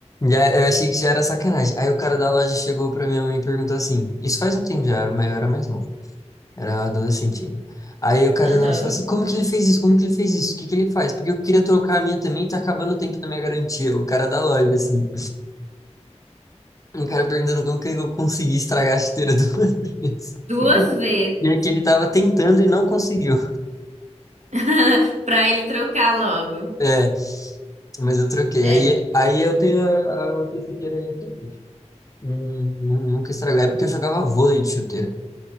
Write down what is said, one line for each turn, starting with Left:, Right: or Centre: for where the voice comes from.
Left: Já, eu achei que já era sacanagem. Aí o cara da loja chegou pra minha mãe e perguntou assim: Isso faz um tempo já, era, mas eu era mais novo, era adolescente ainda. Aí o cara
Right: Aham.
Left: da loja falou assim: Como que ele fez isso? Como que ele fez isso? O que que ele faz? Porque eu queria trocar a minha também e tá acabando o tempo da minha garantia. O cara da loja, assim. O cara perguntando como que eu consegui estragar a chuteira do <laughs> Matheus.
Right: Duas vezes.
Left: E é que ele tava tentando e não conseguiu.
Right: <laughs> Pra ele trocar logo.
Left: É, mas eu troquei.
Right: É.
Left: Aí, aí eu tenho a, a outra chuteira aí até hoje. Hum, nu- nunca estragou. É porque eu jogava vôlei de chuteira.